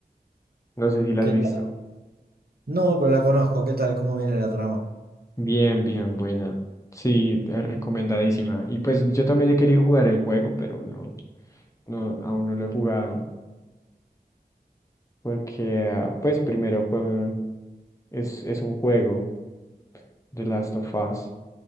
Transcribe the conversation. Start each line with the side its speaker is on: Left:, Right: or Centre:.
Left: no sé si la
Right: ¿Qué
Left: has visto.
Right: tal? No, pero la conozco. ¿Qué tal? ¿Cómo viene la trama?
Left: Bien, bien, buena. Sí, eh, recomendadísima. Y pues yo también he querido jugar el juego, pero no, no, aún no lo he jugado. Porque, ah, pues primero fue, un- es, es un juego, The Last of Us.